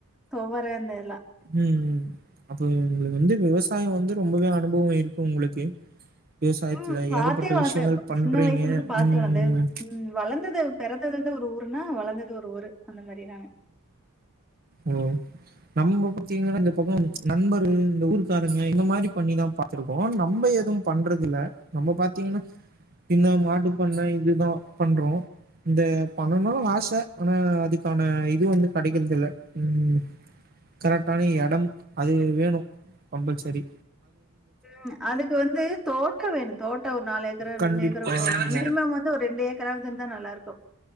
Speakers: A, in the centre; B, on the right.
A: துவர இந்த இதெலாம்
B: உம் உம் அப்ப உங்களுக்கு வந்து விவசாயம் வந்து ரொம்பவே அனுபவம் இருக்கு உங்களுக்கு விவசாயத்துல
A: ம் பாத்தே
B: ஏகப்பட்ட
A: வளர்ந்த
B: விஷயங்கள் பண்றீங்க.
A: சின்ன வயசுல இருந்து பார்த்து
B: ம்.
A: வளர்ந்து ம் வளர்ந்தது பெறந்தது வந்து ஒரு ஊர்னா வளந்தது ஒரு ஊரு அந்த மாரி நானு
B: ஓ நம்ம பாத்தீங்கன்னா இந்த பக்கம் நண்பர்கள் இந்த ஊர்க்காரங்க இந்த மாதிரி பண்ணிதான் பாக் பாத்துருக்கோம் நம்ம எதும் பண்றதுல்ல நம்ம பாத்தீங்கனா இந்த மாட்டுப்பண்ணை இதுதான் பண்றோம் இந்த பண்ணணும் ஆசை ஆனா அதுக்கான இது வந்து கிடைக்கிறது இல்ல உம் கரெக்ட்டான எடம் அது வேணும் கம்ப்பல்சரி
A: உம் அதுக்கு வந்து தோட்டம் வேணும் தோட்டம் ஒரு நாலு ஏக்கரு
B: கண்டிப்பா
A: ரெண்டு ஏக்கரு
B: ஆமா.
A: மினிமம் வந்து ஒரு ரெண்டு ஏக்கராவது இருந்தா நல்லா இருக்கும்